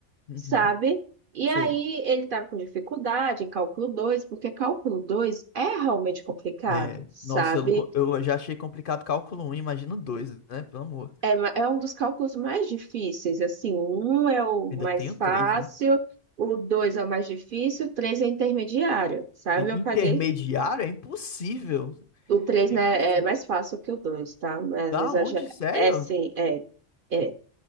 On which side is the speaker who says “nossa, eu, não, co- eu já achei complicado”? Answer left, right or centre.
Left